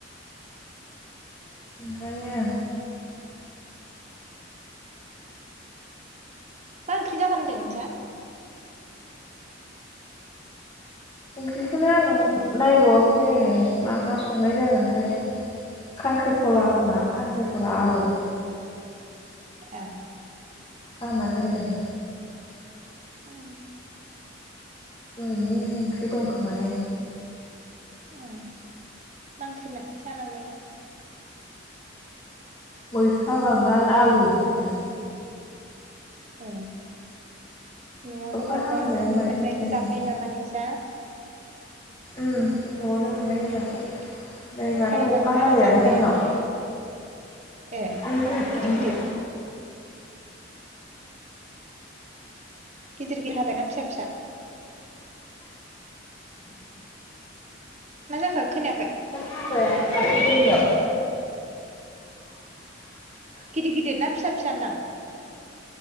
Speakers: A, on the left; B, on the right.
A: ओमफ्रायो
B: मा ओंख्रि जागोन होनदों नोंसा?
A: ओंख्रिखौनो आं नायबावाखैनो मा मा संनाय जागोनथाय। खांख्रिखला
B: ओं
A: खोमा खांख्रिखला आलु।
B: ए।
A: आना दोनदों।
B: ओम।
A: दहायनि ओंख्रि दंखोमाहाय।
B: उम ओंख्रिमोन सानावलाय।
A: गयफा बांगाल आलु नों।
B: ऐ। न'आवनो
A: अखा
B: मोननाय
A: हांबायानो
B: न'आवनो
A: माथो
B: मोननायखौ
A: नै जोंनियाव
B: जाखायो नामा नोंस्रा।
A: उम न'आवनो मोजांहै
B: ओरैनो
A: नै माथो
B: बायनानै
A: अखा
B: बारा
A: हाबायानो
B: जाखाया
A: जोंनाव।
B: ए
A: ओमहो
B: गिदिर
A: ओमहो।
B: गिदिर गिदिर गिदिर हादोना फिसा फिसा। मा जाखो खोनायाखै?
A: हाबाय यानो माथो जोंनियाव।
B: गिदिर गिदिर ना फिसा फिसा होनदां।